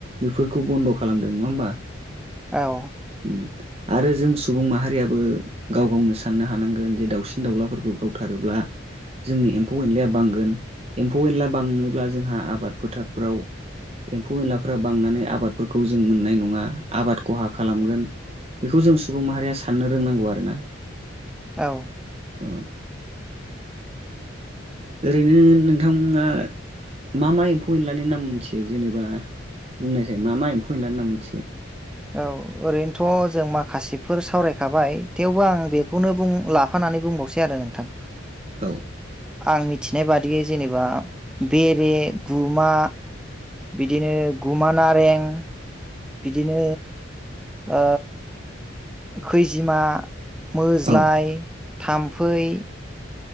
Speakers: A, on the right (about 30°); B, in the centre.
A: बेफोरखौ बन्द' खालामदों नङा होमबा?
B: औ।
A: ओम आरो जों सुबुं माहारियाबो गाव - गावनो साननो हानांगोन। <unintelligible> जे दाउसिन- दाउलाफोरखौ गावथारोब्ला जोंनि एम्फौ- एनलाया बांगोन। एम्फौ- एनला बाङोब्ला जोंहा आबाद फोथारफोराव एम्फौ -एनलाफ्रा बांनानै आबादफोरखौ जों मोननाय नङा। आबाद खहा खालामगोन। बेखौ जों सुबुं माहारिया साननो रोंनांगौ आरो ना।
B: औ।
A: औ। ओरैनो नोंथाङा मा -मा एम्फौ- एनलानि नाम मोनथियो जेनेबा बुंनायसाय, मा- मा एम्फौ -एनलानि नाम मोनथियो।
B: औ ओरैनोथ' जों माखासेफोर सावरायखाबाय। थेवबो आं बेखौनो <unintelligible> <unintelligible> बुंबावसै आरो नोंथां।
A: औ।
B: आं मिथिनाय बादियै जेनेबा बेरे गुमा बिदिनो गुमा नारें बिदिनो ओ खैजिमा, मोज्लाय,
A: औ
B: थाम्फै